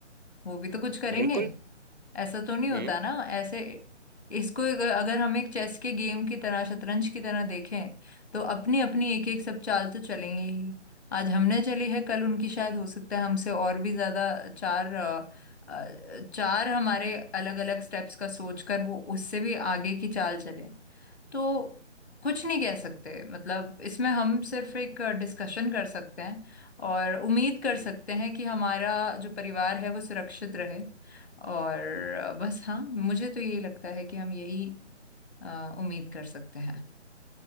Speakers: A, on the left; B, on the right.
A: वो भी तो कुछ करेंगे
B: बिल्कुल
A: ऐसा तो नहीं होता
B: हम्म
A: ना ऐसे इसको एक, अगर हम एक चेस के गेम की तरह शतरंज की तरह देखें तो अपनी अपनी एक एक सब चाल तो चलेंगे ही आज हमने चली है कल उनकी शायद हो सकता है हमसे और भी ज्यादा चार अ, अ, चार हमारे अलग अलग स्टेप्स का सोचकर वो उससे भी आगे की चाल चले तो कुछ नहीं कह सकते मतलब इसमें हम सिर्फ एक डिस्कशन कर सकते हैं और उम्मीद कर
B: हम्म,
A: सकते हैं कि हमारा जो परिवार है वो सुरक्षित रहे और अ, बस हाँ मुझे तो यही लगता है कि हम यही अ, उम्मीद कर सकते हैं